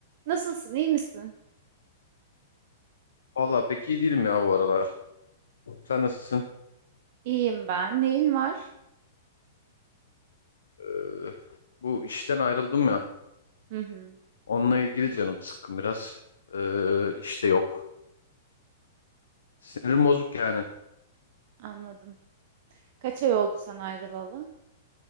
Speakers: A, on the right (about 45°); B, on the left (about 65°).
A: Nasılsın, iyi misin?
B: Valla pek iyi değilim ya bu aralar. Sen nasılsın?
A: İyiyim ben. Neyin var?
B: Ee, bu işten ayrıldım ya.
A: Hı hı,
B: Onunla ilgili canım sıkkın biraz. Ee, işte yok. Sinirim bozuk yani.
A: anladım. Kaç ay oldu sen ayrılalı?